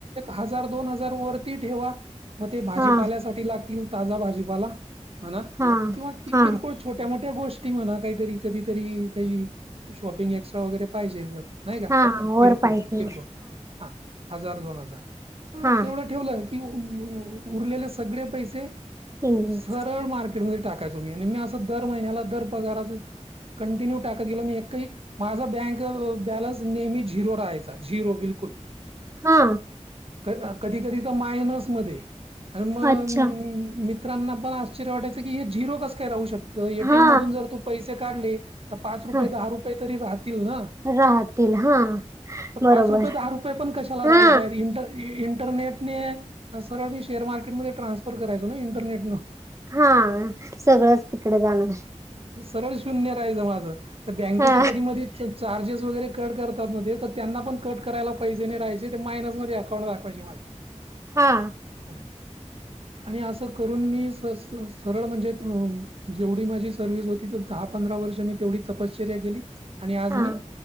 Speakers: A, on the right; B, on the right.
A: हजार, दोन हजार वर ती ठेवा मग ते भाजीपाल्यासाठी
B: हा
A: लाग <unintelligible> ताजा भाजीपाला म्हणा.
B: हा
A: किंवा
B: हा
A: किरकोळ छोट्या मोठ्या गोष्टी म्हणा काही तरी कधी तरी काही शॉपिंग एक्स्ट्रा वगैरे पाहिजे, जर नाही का
B: हा वर
A: किरकोळ
B: पाहिजे
A: किरकोळ. हा हजार दोन हजार
B: हा
A: तेवढं ठेवलंय की उरलेले सगळे पैसे स
B: इन्व्हेस्ट
A: सरळ मार्केट मध्ये टाका तुम्ही मी आणि मी असं दर महिन्याला दर पगाराच कंटिन्यू टाकत गेलो, मी एकही माझा बँक बॅलन्स नेहमी झिरो राहायचा झिरो बिलकुल.
B: हा.
A: कधी कधी तर मायनस मध्ये आणि मग
B: अच्छा
A: मित्रांना पण आश्चर्य वाटयचं, की हे झिरो कसं काय राहू शकत एटीएमधून
B: हा
A: जर तू पैसे काढले पाच रुपये,
B: हा
A: दहा रुपये तरी राह राहतील ना
B: राहतील हा बरोबर
A: पाच रुपये, दहा रुपये पण कशाला राहायला
B: हा
A: पाहिजे तर इंटरनेटनेे सरळ मी शेअर मार्केटमध्ये ट्रान्सफर करायचो ना इंटरनेट न.
B: हा सगळंच तिकडे जाणार.
A: सरळ शून्य राहायचं माझं तर बँकेच्या
B: हा
A: कधी मधी चार्जेस वगैरे कट करतात, न ते तर त्यांना पण कट करायला पैसे नाही राहायचे, ते मायनस मध्ये अकाउंट दाखवायचे माझं. ह
B: हा.
A: <unintelligible> आणि असं करून मी स- सरळ म्हणजे जेवढी माझी सर्व्हिस होती, तर दहा पंधरा वर्ष मी तेवढी तपश्चर्या केली, आणि आज
B: हा
A: मी